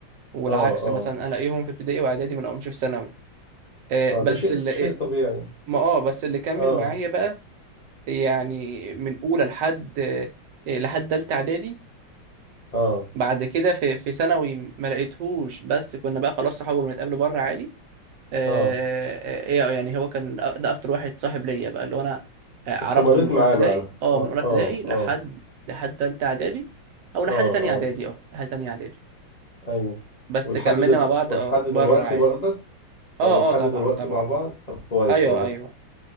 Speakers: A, on the right; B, on the left.
A: والعكس
B: اه اه
A: مثلا الاقيهم في ابتدائي واعدادي ما الاقيهمش في ثانوي آه،
B: اه
A: بس
B: ده شيء
A: اللي
B: شيء
A: آه،
B: طبيعي
A: ما اه بس اللي كمل
B: اه
A: معايا بقى يعني من اولى لحد آه، لحد تالتة اعدادي
B: اه
A: بعد كده في في ثانوي ما لقيتهوش بس كنا بقى خلاص صحاب بنتقابل بره عادي آه،
B: اه
A: ايه يعني هو كان ده اكتر واحد صاحب ليا بقى اللي هو انا آه،
B: استمريت
A: عرفته من اولى
B: معاه
A: ابتدائي
B: بقى
A: اه
B: اه
A: من اولى ابتدائي
B: اه
A: لحد
B: اه
A: لحد تالتة اعدادي او لحد
B: اه
A: تانية
B: اه
A: اعدادي اه لحد تانية اعدادي
B: ايوه
A: بس
B: ولحد
A: كملنا
B: دل...
A: مع بعض
B: ولحد
A: اه
B: دلوقتي
A: بره عادي
B: برضك
A: اه
B: اه ولحد
A: اه طبعا
B: دلوقتي
A: طبعا
B: مع بعض طب كويس
A: ايوه
B: والله
A: ايوه